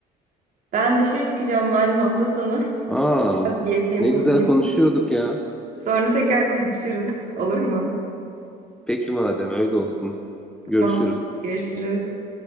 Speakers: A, on the right; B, in the centre.
A: Ben dışarı çıkacağım malum hafta sonu.
B: Aa,
A: <laughs> Biraz gezeyim
B: ne
A: tozayım.
B: güzel konuşuyorduk ya.
A: Sonra tekrar konuşuruz. Olur mu?
B: Peki madem öyle olsun. Görüşürüz.
A: Tamam. Görüşürüz.